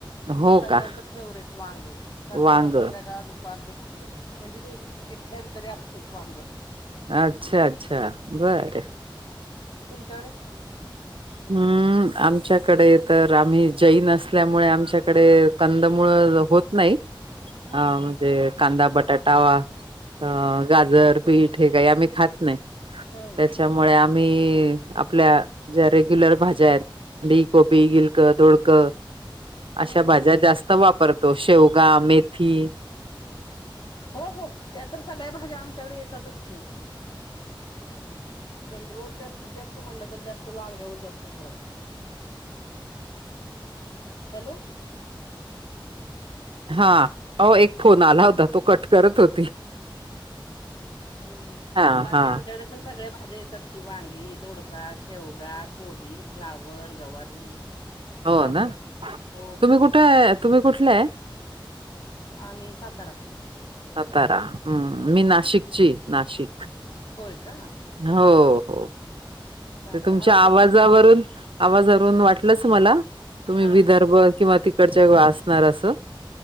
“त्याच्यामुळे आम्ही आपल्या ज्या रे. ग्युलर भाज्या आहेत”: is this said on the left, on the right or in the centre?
Right